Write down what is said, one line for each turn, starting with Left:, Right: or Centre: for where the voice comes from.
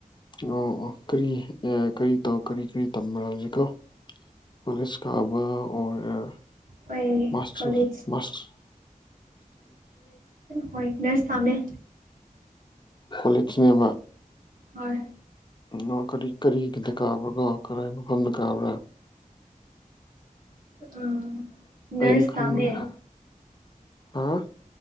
Left: ꯑꯣ ꯑꯣ ꯀꯔꯤ ꯑꯦ ꯀꯔꯤ ꯇꯧ ꯀꯔꯤ ꯀꯔꯤ ꯇꯝꯕ ꯍꯧꯖꯤꯀꯣ ꯀꯂꯦꯖ ꯀꯕ ꯂꯣꯏꯔꯦ
Right: ꯍꯣꯏ
Left: ꯃꯥꯁꯇꯔ
Right: ꯀꯣꯂꯦꯖ
Left: ꯃꯥꯁꯇꯔ
Right: ꯍꯣꯏ ꯅꯔꯁ ꯇꯝꯃꯦ
Left: ꯀꯣꯂꯦꯁꯅꯦꯕ
Right: ꯍꯣꯏ
Left: ꯑꯣ ꯀꯔꯤ ꯀꯔꯤꯒꯤꯗ ꯀꯥꯕ꯭ꯔꯥ ꯀꯣ ꯀꯗꯥꯏ ꯃꯐꯝꯗ ꯀꯥꯕ꯭ꯔꯥ
Right: ꯎ ꯅꯔꯁ
Left: ꯑꯩꯅ ꯈꯟꯕꯅ
Right: ꯇꯝꯃꯦ
Left: ꯍꯥ